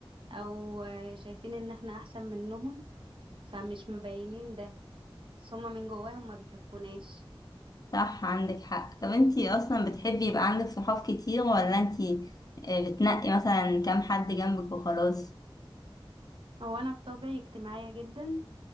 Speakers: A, on the right; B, on the left.
A: او آه، شايفين ان احنا احسن منهم فمش مبينين ده بس هم من جواهم ما بيحبوناش
B: صح عندك حق طب انت اصلا بتحبي يبقى عندك صحاب كتير ولا انت آه، بتنقي مثلا كام حد جنبك وخلاص
A: هو انا بطبعي اجتماعيه جدا